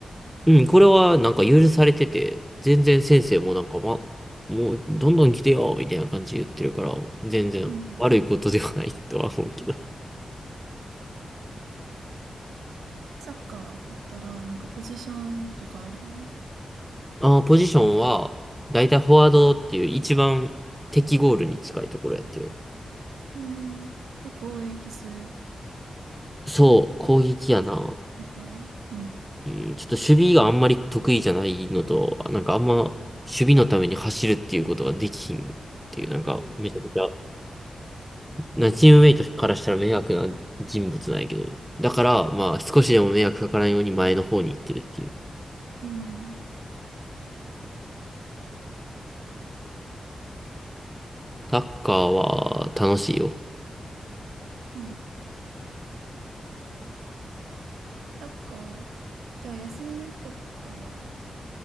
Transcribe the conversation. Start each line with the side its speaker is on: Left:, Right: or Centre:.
Centre: うん、これはなんか許されてて、全然先生もなんか、ま、もうどんどん来てよ、みたいな感じで言ってるから、全然悪いことではないとは思うけど。
Right: うん。サッカーだったら、なんかポジションとかあるの
Centre: <laughs> あー、ポジションは、だいたいフォワードっていう一番敵ゴールに近いところやってる。
Right: うん。で、攻撃する
Centre: そう、攻撃やな。
Right: 役割うん。
Centre: うん、ちょっと守備があんまり得意じゃないのと、なんかあんま守備のために走るっていうことができひんっていう、なんかめちゃくちゃな、チームメイトからしたら迷惑な人物なんやけど。だから、まあ、少しでも迷惑かからんように前の方に行ってるっていう。
Right: うん。
Centre: サッカーは楽しいよ。
Right: うんサッカー、じゃあ休みの日とか